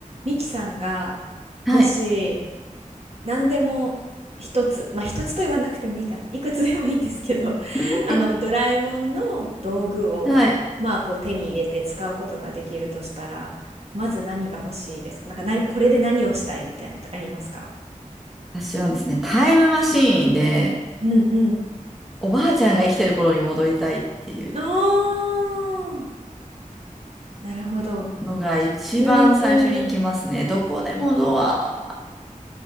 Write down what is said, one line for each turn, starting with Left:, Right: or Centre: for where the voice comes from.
Right: ミキさんが、
Centre: はい。
Right: もし、何でも一つ、まあ一つと言わなくてもいいかな。いくつでもいいんですけど、
Centre: <laughs>
Right: <laughs> あの、ドラえもんの道具を、
Centre: はい。
Right: まあこう手に入れて使うことができるとしたら、まず何が欲しいですかなんかな、これで何をしたいみたいなのってありますか
Centre: 私はですね、タイムマシーンで、
Right: うんうん。
Centre: おばあちゃんが生きてる頃に戻りたいっていう
Right: あーなるほど。
Centre: のが一番最初に行きますね。
Right: うんうん
Centre: どこでもドア。